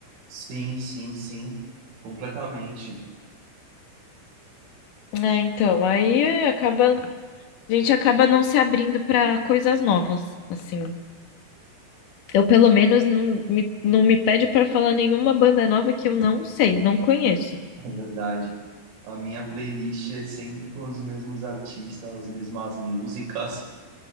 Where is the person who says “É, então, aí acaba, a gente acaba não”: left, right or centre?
Left